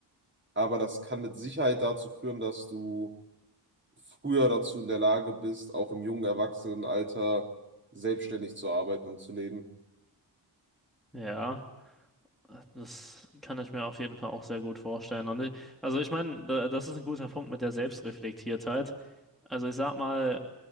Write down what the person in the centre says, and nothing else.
Ja, das kann ich mir auf jeden Fall auch sehr gut vorstellen. Und ich, also ich meine, da- das ist ein guter Punkt mit der Selbstreflektiertheit. Also ich sag mal,